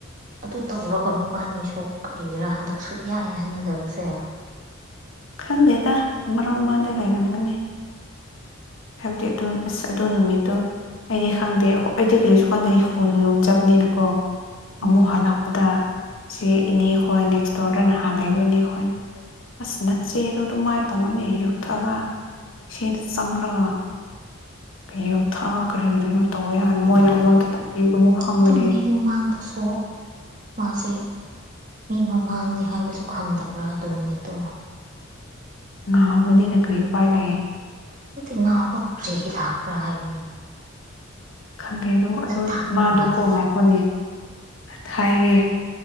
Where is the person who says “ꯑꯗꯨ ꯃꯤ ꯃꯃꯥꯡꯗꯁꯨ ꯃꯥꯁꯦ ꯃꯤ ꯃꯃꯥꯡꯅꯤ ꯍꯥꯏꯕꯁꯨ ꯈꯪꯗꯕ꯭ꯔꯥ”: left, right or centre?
Right